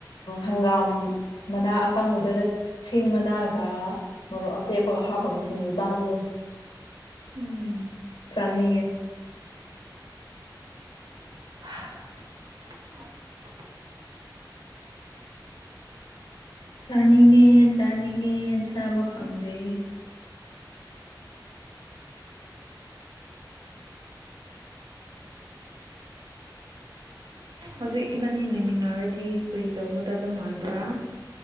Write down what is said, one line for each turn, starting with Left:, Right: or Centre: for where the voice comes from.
Left: ꯍꯪꯒꯥꯝ ꯃꯅꯥ ꯑꯀꯥꯡꯕꯗꯨꯗ ꯁꯤꯡ ꯃꯅꯥꯒ ꯃꯔꯣꯛ ꯑꯇꯦꯛꯄꯒ ꯍꯥꯞꯄꯒ ꯁꯤꯡꯖꯨ ꯆꯥꯕꯗꯣ
Right: ꯎꯝ
Left: ꯆꯥꯅꯤꯡꯉꯦ
Right: <unintelligible>
Left: ꯆꯥꯅꯤꯡꯉꯦ ꯆꯥꯅꯤꯡꯉꯦ ꯆꯥꯕ ꯐꯪꯗꯦ
Right: ꯍꯧꯖꯤꯛ ꯏꯕꯥꯅꯤ ꯂꯩꯃꯤꯟꯅꯔꯗꯤ ꯀꯔꯤ ꯇꯧꯒꯗꯕ ꯃꯥꯟꯕ꯭ꯔꯥ